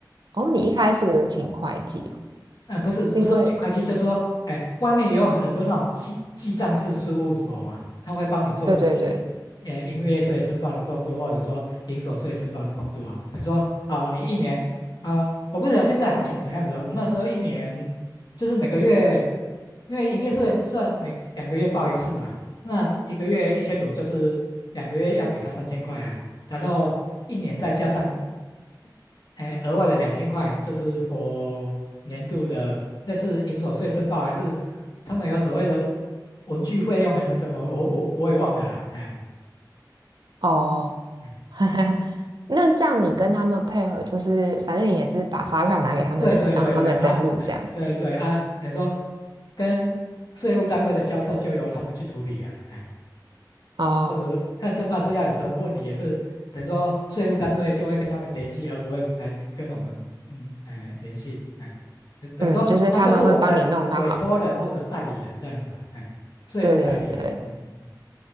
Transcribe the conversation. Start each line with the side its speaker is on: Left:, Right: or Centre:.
Right: 哦，你一开始有请会计哦
Left: 哎不是不是说请会计，
Right: 是因为
Left: 就是说，哎，外面也有很多那种记记账式事务所嘛，他会帮你做这些，
Right: 对对对
Left: 呃，营业税申报的动作，或者说营所税申报的动作啊。等于说啊、你一年啊、我不知道现在行情怎样子啊我们那时候一年就是每个月，因为营业税算每两个月报一次嘛，那一个月一千五就是两个月要给他三千块啊，然后一年再加上哎，额外的两千块就是 f 年度的，那是营所税申报还是他们有所谓的文具费用还是什么？我我我也忘了啦。哎，
Right: 哦，
Left: 嗯，
Right: <laughs> 那这样你跟他们配合，就是反正你也是把发票拿给他们，
Left: 对对对对啊，
Right: 让他们登录这样。
Left: 哎，对对啊，等于说跟税务单位的交涉就由他们去处理啊。哎
Right: 哦，
Left: 或者是看申办事项有什么问题，也是等于说税务单位就会跟他们联系，而不会来跟我们嗯哎联系，哎，就等于说他就是我们的委托人或者代理人这样子啊，
Right: 嗯，就是他们会帮你弄到好。
Left: 哎，税务代理人，
Right: 对对对，
Left: 嗯，嗯